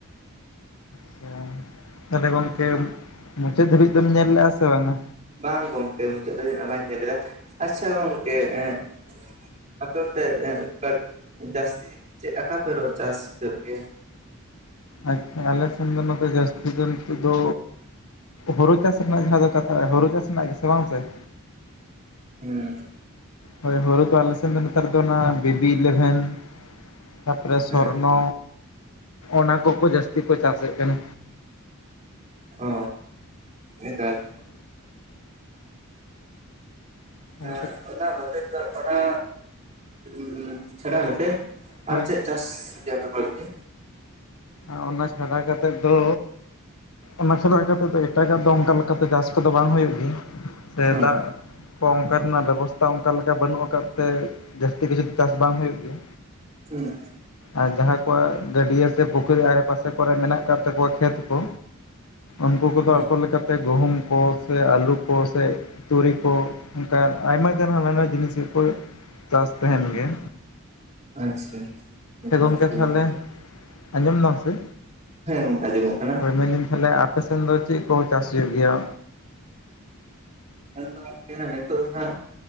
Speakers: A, on the left; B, on the right.
A: <inaudible> ᱛᱟᱦᱚᱞᱮ ᱜᱚᱝᱠᱮ, ᱢᱩᱪᱟᱹᱫ ᱫᱷᱟᱹᱵᱤᱡ ᱫᱚᱢ ᱧᱮᱞ ᱞᱮᱵᱼᱟ ᱥᱮ ᱵᱟᱝᱟ?
B: ᱵᱟᱝ ᱜᱚᱝᱠᱮ ᱢᱩᱪᱟᱹᱫ ᱫᱷᱟᱹᱵᱤᱡ <inaudible> ᱵᱟᱧ ᱧᱮᱞ ᱞᱮᱫᱟ, ᱟᱪᱪᱷᱟ ᱜᱚᱝ ᱠᱮ ᱮᱸ, ᱟᱯᱮ ᱚᱱᱛᱮ <inaudible> ᱡᱟᱥᱛᱤ ᱪᱮᱫ ᱟᱠᱟ ᱯᱮ ᱨᱚᱦᱚ ᱪᱟᱥ ᱦᱳᱭᱳᱜ ᱜᱮᱭᱟ?
A: ᱟᱪᱪᱷᱟ, ᱟᱞᱮ ᱥᱮᱱ ᱫᱚ ᱱᱚᱛᱮ ᱡᱟᱹᱥᱛᱤ ᱫᱚ ᱱᱤᱛᱚᱜ ᱫᱚ ᱦᱳᱨᱳ ᱪᱟᱥ ᱨᱮᱱᱟᱜ ᱡᱟᱦᱟᱸ ᱫᱚ ᱠᱟᱛᱷᱟ, ᱦᱳᱲᱳ ᱪᱟᱥ ᱨᱮᱱᱟᱜ ᱜᱮ ᱥᱮ ᱵᱟᱝ ᱜᱚᱝᱠᱮ?
B: ᱦᱩᱸ᱾
A: ᱦᱳᱭ ᱦᱳᱲᱳ ᱫᱚ ᱟᱞᱮ ᱥᱮᱱ ᱫᱚ ᱱᱮᱛᱟᱨ ᱫᱚ ᱚᱱᱟ ᱵᱮᱵᱤ ᱤᱞᱮᱵᱷᱮᱱ, ᱛᱟᱨᱯᱚᱨᱮ ᱥᱚᱨᱱᱚ,
B: ᱦᱮᱸ
A: ᱚᱱᱟ ᱠᱚᱠᱚ ᱡᱟᱥᱛᱤ ᱠᱚ ᱪᱟᱥᱮᱜ ᱠᱟᱱᱟ᱾
B: ᱚᱻ, ᱮᱠᱟᱞ᱾
A: ᱜᱚᱝᱠᱮ
B: ᱮᱸ ᱚᱱᱟ <inaudible> ᱚᱱᱟ ᱩᱸᱻ ᱪᱷᱟᱲᱟ ᱠᱟᱛᱮᱜ
A: ᱦᱳᱭ
B: ᱟᱨ ᱪᱮᱫ ᱪᱟᱥ ᱜᱮᱭᱟ ᱯᱮ ᱵᱟᱲᱛᱤ?
A: ᱟᱸᱻ ᱚᱱᱟ ᱪᱷᱟᱰᱟ ᱠᱟᱛᱮᱫ ᱫᱚ ᱚᱱᱟ ᱪᱷᱟᱲᱟ ᱮ ᱠᱟᱛᱮᱜ ᱫᱚ ᱮᱴᱟᱜᱟᱜ ᱫᱚ ᱚᱝᱠᱟ ᱞᱮᱠᱟᱛᱮ ᱪᱟᱥ ᱠᱚᱫᱚ ᱵᱟᱝ ᱦᱩᱭᱩᱜ ᱜᱮᱭᱟ, ᱥᱮ
B: ᱦᱮᱸ
A: ᱫᱟᱜ ᱠᱚ ᱚᱝᱠᱟ ᱨᱮᱱᱟᱜ ᱵᱮᱵᱚᱥᱛᱷᱟ ᱚᱝᱠᱟ ᱞᱮᱠᱟ ᱵᱟᱹᱱᱩᱜ ᱟᱠᱟᱫ ᱛᱮ, ᱡᱟᱹᱥᱛᱤ ᱠᱤᱪᱷᱩ ᱪᱟᱥ ᱵᱟᱝ ᱦᱩᱭᱩᱜ ᱜᱮᱭᱟ?
B: ᱦᱩᱸ᱾
A: ᱟᱨ ᱡᱟᱦᱟᱸᱭ ᱠᱚᱣᱟᱜ ᱜᱟᱹᱰᱤᱭᱟ ᱥᱮ ᱯᱩᱠᱷᱨᱤ ᱟᱲᱮ ᱯᱟᱥᱮ ᱠᱚ ᱨᱮ ᱢᱮᱱᱟᱜ ᱠᱟᱫ ᱛᱟᱠᱚᱣᱟ ᱠᱷᱮᱛ ᱠᱚ, ᱩᱱᱠᱩ ᱠᱚ
B: ᱦᱩᱸ
A: ᱫᱚ ᱟᱠᱚ ᱞᱮᱠᱟ ᱛᱮ ᱜᱩᱦᱩᱢ ᱠᱚ ᱥᱮ ᱟᱞᱩ ᱠᱚ ᱥᱮ ᱛᱩᱲᱤ ᱠᱚ, ᱚᱝᱠᱟᱱ ᱟᱭᱢᱟ ᱜᱟᱱ ᱦᱟᱱᱟ ᱱᱟᱣᱟ ᱡᱤᱱᱤᱥ ᱜᱮ ᱠᱚ ᱪᱟᱥ ᱛᱟᱦᱮᱸᱱ ᱜᱮ᱾
B: ᱟᱪᱪᱷᱟ
A: ᱜᱚᱝᱠᱮ
B: <inaudible>
A: ᱛᱟᱦᱚᱞᱮ ᱟᱸᱡᱚᱢ ᱫᱟᱢ ᱥᱮ?
B: ᱦᱮᱸ ᱜᱚᱝᱠᱮ ᱟᱸᱡᱚᱢᱚᱜ ᱠᱟᱱᱟ᱾
A: ᱦᱳᱭ ᱢᱮᱱᱫᱟᱹᱧ ᱛᱟᱦᱚᱞᱮ ᱟᱯᱮ ᱥᱮᱱ ᱫᱚ ᱪᱮᱫ ᱠᱚ ᱪᱟᱥ ᱦᱳᱭᱳᱜ ᱜᱮᱭᱟ?
B: <inaudible> ᱱᱤᱛᱳᱜ ᱫᱚ ᱦᱟᱸᱜ,